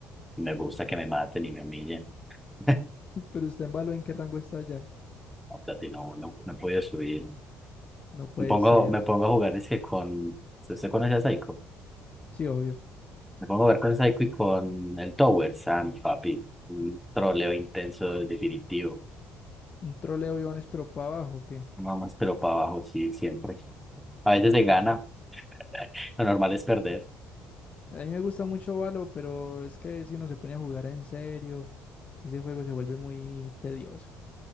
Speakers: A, in the centre; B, on the left (about 40°).
A: Me gusta que me maten y me humillen. <laughs>
B: Pero usted en Valo, ¿en qué rango está ya?
A: No, Platino uno, no he podido subir.
B: No puede
A: Me pongo,
B: ser.
A: me pongo a jugar ese con... ¿Usted conoce a Psycho?
B: Sí, obvio.
A: Me pongo a ver con Psycho y con el Tower Sam, papi. Un troleo intenso, definitivo.
B: Un troleo, Iván, pero para abajo, ¿o ¿qué?
A: Nada más, pero para abajo, sí, siempre. A veces se gana,
B: Mm.
A: <laughs> lo normal es perder
B: A mí me gusta mucho Valo, pero es que si uno se pone a jugar en serio, ese juego se vuelve muy tedioso.